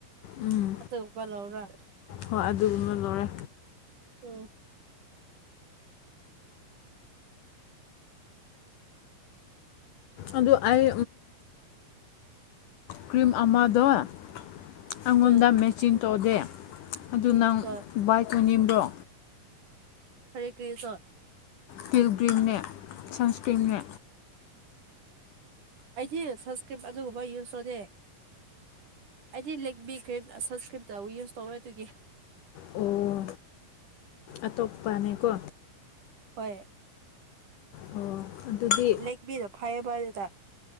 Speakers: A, on the left; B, on the right.
A: ꯎꯝ
B: ꯑꯇꯄꯥ ꯂꯧꯔ
A: ꯍꯣꯏ ꯑꯗꯨꯒꯃ ꯂꯧꯔꯦ
B: ꯎꯝ
A: ꯑꯗꯨꯣ ꯑꯩ ꯀ꯭ꯔꯤꯝ ꯑꯃꯗꯣ ꯑꯩꯉꯣꯟꯗ
B: ꯎꯝ
A: ꯃꯦꯆꯤꯟ ꯇꯧꯗꯦ ꯑꯗꯨ ꯅꯪ
B: ꯍꯣꯏ
A: ꯕꯥꯏꯛ ꯇꯨꯅꯤꯡꯕ꯭ꯔꯣ
B: ꯐꯔꯦ ꯀꯔꯤꯁ
A: ꯄꯤꯜꯒ꯭ꯔꯤꯝꯅꯦ ꯁꯟꯁꯀ꯭ꯔꯤꯝꯅꯦ
B: ꯑꯩꯗꯤ ꯁꯟꯁꯀ꯭ꯔꯤꯞ ꯑꯗꯨꯒꯨꯝꯕ ꯌꯨꯁ ꯇꯔꯦ ꯑꯩꯗꯤ ꯂꯤꯛꯃꯤ ꯀ꯭ꯔꯤꯝ ꯁꯟꯁꯀ꯭ꯔꯤꯝꯇꯕꯨ ꯌꯨꯁ ꯇꯧꯋꯦ ꯑꯗꯨꯒꯤ
A: ꯑꯣ ꯑꯇꯣꯞꯄꯅꯦꯀꯣ
B: ꯍꯣꯏ
A: ꯑꯣ ꯑꯗꯨꯗꯤ
B: ꯂꯦꯛꯕꯤꯔꯣ ꯐꯩꯌꯦꯕ ꯑꯗꯨꯗꯀꯦ